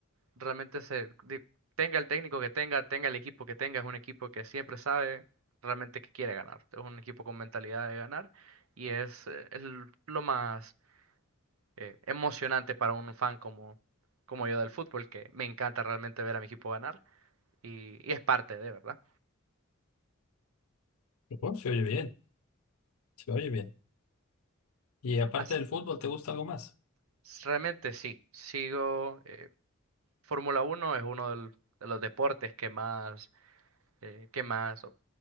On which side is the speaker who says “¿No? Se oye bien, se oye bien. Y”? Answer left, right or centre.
Left